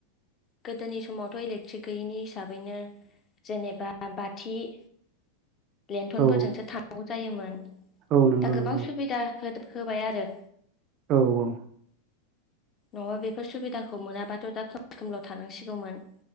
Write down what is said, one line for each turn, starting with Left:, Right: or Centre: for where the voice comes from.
Left: गोदोनि समावथ' इलेक्ट्रिक गैयैनि हिसाबैनो जेनेबा बाथि <inaudible> लेन्थनफोरजोंसो
Right: औ
Left: थांनांगौ जायोमोन
Right: औ नंगौ
Left: दा गोबां
Right: नंगौ
Left: सुबिदा होबाय आरो।
Right: औ औ
Left: नङाबा बेफोर सुबिदाखौ मोनाबाथ' दा खोमसि खोमलाव थानांसिगौमोन।